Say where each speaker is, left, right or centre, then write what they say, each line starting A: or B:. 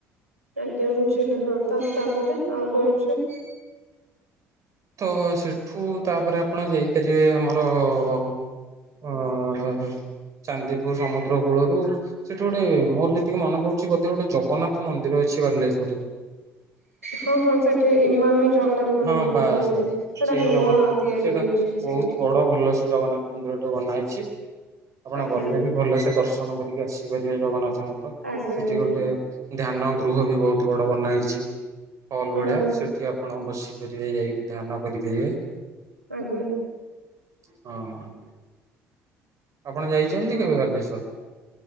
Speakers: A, on the right; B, on the right.
A: ଆଜ୍ଞା ବୁଝିଲେ ହଁ ତୋ ତାପରେ ଆଉ କଣ ଅଛି?
B: ତ ସେଠୁ ତାପରେ ଆପଣ ଯାଇପାରିବେ ଆମର ଅ-ଅ ଅ - ଅ - ଅ ଚାନ୍ଦିପୁର ସମୁଦ୍ର କୂଳରୁ ସେଠି ଗୋଟେ ମୋର ଯେତିକି ମନେ ପଡୁଛି ବୋଧେ ଗୋଟେ ଜଗନ୍ନାଥ ମନ୍ଦିର ଅଛି ବାଲେଶ୍ଵରରେ।
A: ହଁ ହଁ ସେଠି ଇମାମୀ ଜଗନ୍ନାଥ ମନ୍ଦିର
B: ହଁ
A: ବୋଲି
B: ବାସ୍
A: କୁହନ୍ତି।
B: ବାସ୍
A: ସେଇଟା
B: ସେଇ
A: ନୂଆ
B: ଜଗା
A: ତିଆରି
B: ସେଇଟା
A: ହେଇଛି
B: ବହୁତ
A: ସେଇଠି।
B: ବଡ ଭଲ ସେ ଜଗନ୍ନାଥ ମନ୍ଦିର ଟେ ବନା ହେଇଛି। ଆପଣ
A: ଆଜ୍ଞା।
B: ଗଲେ ବି ଭଲସେ ଦର୍ଶନ କରିକି ଆସିପାରିବେ ଜଗନ୍ନାଥ। <inaudible>
A: ଆଜ୍ଞା
B: ସେଠି
A: ଆଜ୍ଞା
B: ଗୋଟେ ଧ୍ୟାନ ଗୃହ ବି ବହୁତ ବଡ ବନା ହେଇଛି। ହୋଲ
A: ହଁ
B: ଭଳିଆ ସେଠି ଆପଣ ବସିପାରିବେ ଯାଇକି ଧ୍ୟାନ କରିପାରିବେ।
A: ଆଜ୍ଞା
B: ହଁ। ଆପଣ ଯାଇଛନ୍ତି
A: ହଁ।
B: କେବେ ବାଲେଶ୍ଵର?